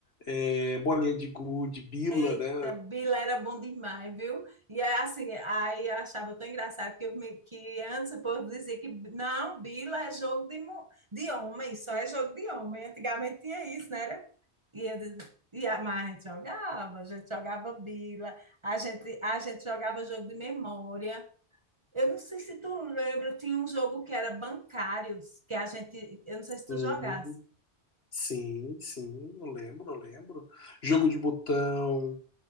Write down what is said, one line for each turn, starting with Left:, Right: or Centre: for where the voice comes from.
Left: é, bolinha de gude, bila,
Right: Eita,
Left: né?
Right: Bila era bom demais, viu? E é assim, aí eu achava tão engraçado que, eu me- que antes o povo dizia que não, Bila é jogo de, mu- de homem, só é jogo de homem. Antigamente tinha isso, né? E, ele, e a, mas a gente jogava, a gente jogava bila, a gente, a gente jogava jogo de memória. Eu não sei se tu lembra, tinha um jogo que era bancários, que a gente, eu não sei
Left: Sim,
Right: se tu jogasse.
Left: sim, sim, eu lembro, eu lembro. Jogo de botão,